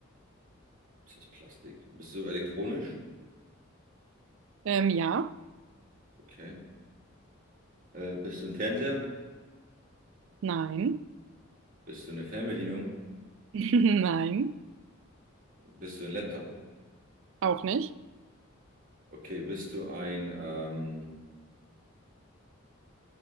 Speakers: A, on the right; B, on the right.
A: Ist das Plastik? Bist du elektronisch?
B: Ähm, ja,
A: Okay. Äh, bist du ein Fernseher?
B: nein.
A: Bist du eine Fernbedienung?
B: <laughs> Nein,
A: Bist du ein Laptop?
B: auch nicht.
A: Okay, bist du ein, ähm,